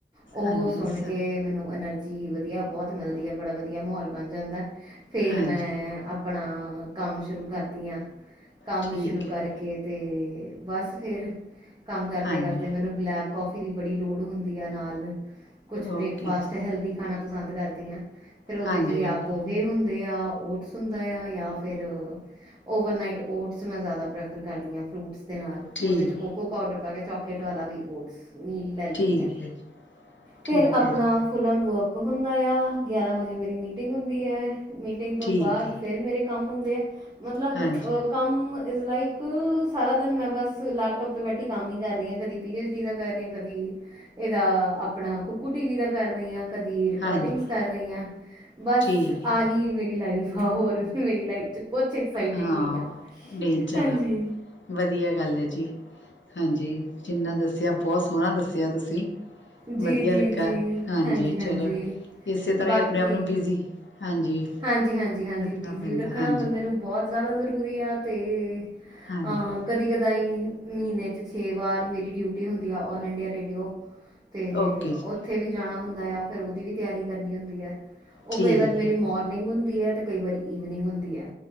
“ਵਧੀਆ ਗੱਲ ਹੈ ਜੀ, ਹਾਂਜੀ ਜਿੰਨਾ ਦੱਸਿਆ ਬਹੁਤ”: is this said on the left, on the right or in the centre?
Left